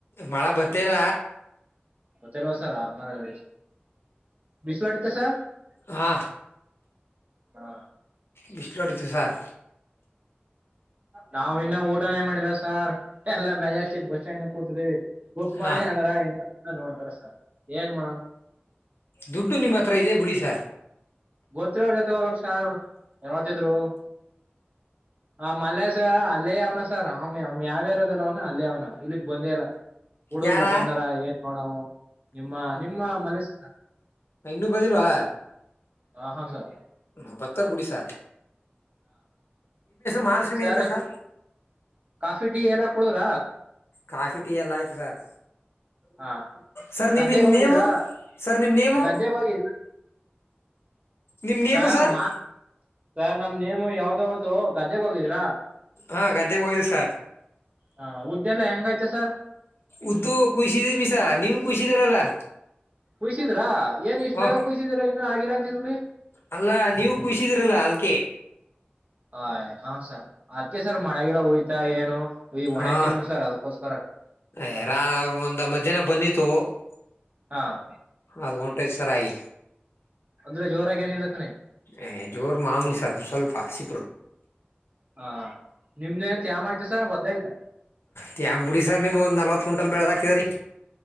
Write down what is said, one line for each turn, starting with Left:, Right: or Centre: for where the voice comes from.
Left: ಮಳೆ ಬರ್ತಿದ
Right: ಮತ್ತೆಲ್ವಾ ಸರ್ ಹ ಹೇಳ ಬಿಸಲಡಿತ ಸರ್ <unintelligible>
Left: ಹಾ
Right: ಹಾ
Left: ಬಿಸ್ಲುಡಿತು ಸರ್
Right: ನಾವು ಇನ್ನ ಊ ನಾವ್ ಏನ್ ಮಾಡಿದ ಸಾರ್ ಎಲ್ಲ ಮಜೆಸ್ಟಿಕ್ ಬಸ್ ಸ್ಟ್ಯಾಂಡ್ನಾಗ್ ಕೂತಿದೀವಿ ಬುಕ್
Left: ಹಾ
Right: ಮಾಡಿ ಅಂದ್ರ ಇನ್ನು ಇ ನೋಡ್ತಾರ ಸರ್ ಏನ್ ಮಾಡ್
Left: ದುಡ್ಡು ನಿಮ್ಮ ಹತ್ರ ಇದೆ ಬಿಡಿಿಸ
Right: ಗೊತ್ತಿರ್ರಗತೆವಕ್ಷಾರ್ ಯಾವತ ಇದ್ರು ಆ ಮಲ್ಲೆಸ ಅಲ್ಲೇ ಅವನ ಸರ್ ಆಮ ಯಾವ್ಯಾರದಲ್ಲ ಅವ್ನ ಅಲ್ಲೇ ಅವ್ನ ಇಲ್ಲಿ ಬಂದೇ ಅಲ್ಲ ಹುಡರ್ಗ
Left: ಯಾರ
Right: ಬಂದಾರ ಏನ್ ನೋಡವು ನಿಮ್ಮ ನಿಮ್ಮ ಮಲಸ
Left: ಇನ್ನುೂ ಬಂದಿಲ್ವಾ
Right: ಹ ಹಾ ಸರ್
Left: ಹಬ್ತ್ತಾರ ಬಿುಡಿಿಸ ಮಹಾಲಕ್ಷ್ಮಿ
Right: ಸರಿ
Left: ಅಂತ ಸರ್
Right: ಕಾಫಿ ಟೀ ಎಲ್ಲ ಕುಡುದ್ರ
Left: ಕಾಫಿ ಟೀ ಎಲ್ಲ ಆಯ್ತು ಸರ್
Right: ಹಾ
Left: ಸರ್
Right: ಗದ್ದೆಗ್
Left: ನಿಮನ್
Right: ಹೋಗಿದ್ರಾ
Left: ನೇಮು ಸರ್ ನಿಮ್ ನೇಮು
Right: ಗದ್ದೆಗ್ ಹೋಗಿದ್ರ
Left: ನಿಮ್ಮ ನೇಮು
Right: ಸಾರ್ತ್
Left: ಸರ್
Right: ಸಾರ್ ನಮ್ ನೇಮ ಯಾವ್ದೋ ಒಂದು ಗದ್ದೆಗ್ ಹೋಗಿದೀರಾ
Left: ಹಾ ಗದ್ದೆಗೆ ಹಯ್ಸ
Right: ಹಾ ಉದ್ದೆಲ್ಲ ಹೆಂಗೈ್ತೆ ಸರ್
Left: ಉದ್ದು ಕುಸಿದ ಮೀಸಾ ನಿಮ್ ಕುಸಿದರಲ್ಲಾ
Right: ಕುಯಸಿದ್ರಾ ಏನ್ ಇಷ್ಟ್
Left: ಹ
Right: ಬೇಗ ಕುಯ್ಸಿದಿರಾ ಇನ್ನು ಆಗಿಲ್ಲ ಅಂತಿದ್ಲಿ
Left: ಅಲ್ಲ ನೀವು ಖುಷಿದಿರಲ್ಲ ಅದಕ್ಕೆ
Right: ಆಯ ಹ ಸರ್ ಅದ್ಕ ಸರ್ ಮಳೆಗಲ್ಲ ಹೋಯ್ತಾ ಏನು ಈಗ ಒಣಕಿದ್ವು
Left: ಹಾ
Right: ಸರ್ ಅದಕ್ಕೋಸ್ಕರ
Left: ಯಾರ ಒಂದ ಮಧ್ಯಾಹ್ನ ಬಂದಿತ್ತು <unintelligible>
Right: ಹಾಂ
Left: ಅದ್ ಹೊಂಟೈತಿ ಸರಾಗಿ
Right: ಅಂದ್ರೆ ಜೋರಾಗಿ ಏನ ಇಲ್ಲತಾನೆ
Left: ಏ ಜೋರ್ ಮಾಮೂಲಿ ಸ್ವಲ್ಪ ಸ್ವಲ್ಪ ಸಿಪರು
Right: ಹಾ ನಿಮ್ದ ಏನ ತ್ಯಾಮ ಆಯ್ತ ಸರ್ ಹೊದಯ್ತ
Left: ತ್ಯಾ್ ಬಿಡಿ ಸರ್ಮ್ ಒ್ ನಲ್ವತ್ ಕುಂಟಲ್ ಬೆಳೆದಾಕಿದ ರರಿ